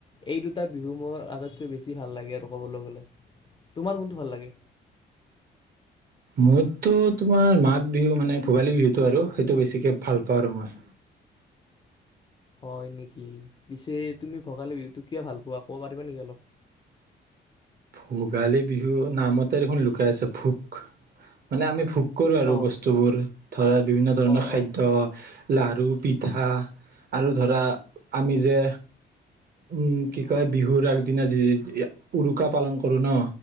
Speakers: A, on the left (about 25°); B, on the right (about 50°).
A: এই দুটা বিহু মোৰ আটাইতকৈ বেছি ভাল লাগে আৰু কবলে গলে, তোমাৰ কোনটো ভাল লাগে?
B: মোৰতো তোমাৰ মাঘ বিহু মানে ভোগালী বিহুতটো আৰু সেইটো বেছিকে ভাল পাওঁ আৰু মই
A: হয় নেকি পিছে তুমি ভগালী বিহুতটো কিয় ভাল পোৱা ক'ব পাৰিবা নেকি অলপ?
B: ভোগালী বিহু নামতে দেখোন লুকাই আছে ভোক মানে আমি ভোক কৰোঁ আৰু
A: অঁ
B: বস্তুবোৰ ধৰা বিভিন্ন ধৰণৰ
A: অঁ
B: খাদ্য
A: অঁ
B: লাৰু পিঠা আৰু ধৰা আমি যে উম কি কয় বিহুৰ আগদিনা যি উৰুকা পালন কৰো ন